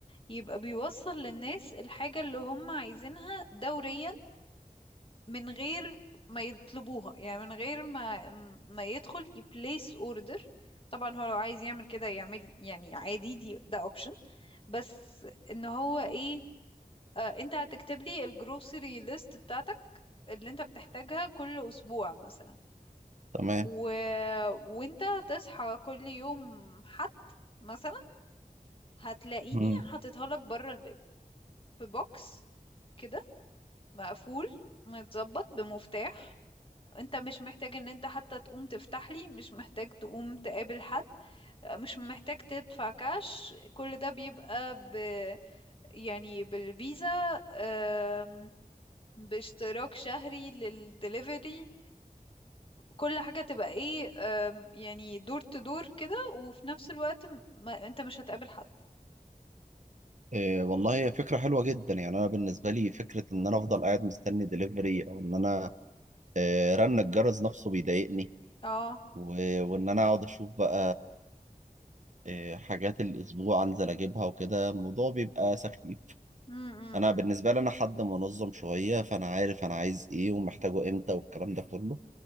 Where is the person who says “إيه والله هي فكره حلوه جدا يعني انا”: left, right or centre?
Right